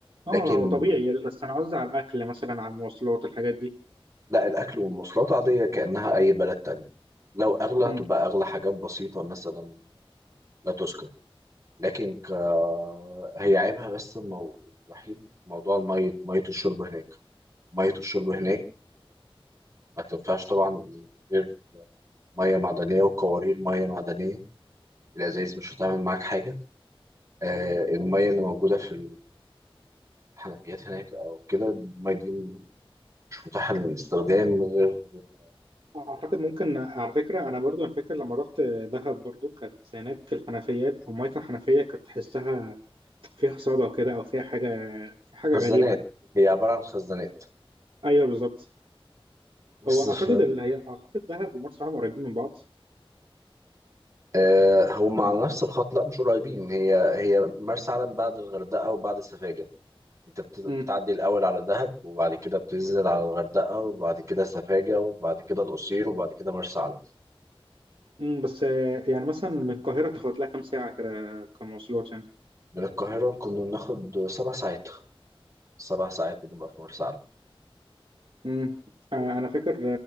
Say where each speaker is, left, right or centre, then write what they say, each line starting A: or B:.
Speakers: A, on the right; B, on the right.
A: اه
B: لكن
A: هو طبيعي بس انا قصدي على الاكل مثلا على المواصلات الحاجات دي
B: لا الاكل والمواصلات عاديه كانها اي بلد تاني لو اغلى
A: مم.
B: هتبقى اغلى حاجات بسيطه مثلا لا تذكر لكن ك... هي عيبها بس المو... الوحيد موضوع المية مية الشرب هناك مية الشرب هناك ما تنفعش طبعا غير مية معدنية وقوارير مية معدنية الأزايز مش هتعمل معاك حاجة آه المية اللي موجودة في الحنفيات هناك أو كده المية دي مش متاحة للاستخدام غير
A: اعتقد ممكن على فكره انا برضو أنا فاكر لما رحت دهب برضو كانت هناك الحنفيات او ميه الحنفيه كانت تحسها فيها صدى كده او فيها حاجه في حاجه
B: خزانات
A: غريبه
B: هي عبارة عن خزانات
A: ايوه بالظبط
B: بس
A: هو
B: ف...
A: اعتقد اللي هي اعتقد دهب ومرسى علم قريبين من بعض
B: آه، هم على نفس الخط لا مش قريبين هي هي مرسى علم بعد الغردقة وبعد سفاجة انت بت- بتعدي
A: امم
B: الأول على دهب وبعد كده بتنزل على الغردقة وبعد كده سفاجة وبعد كده القصير وبعد كده مرسى علم
A: امم بس آه، يعني مثلا من القاهره تاخد لها كام ساعه كده كمواصلات يعني
B: من القاهرة كنا بناخد سبع ساعات سبع ساعات كنا بنبقى في مرسى علم
A: امم آه، انا فاكر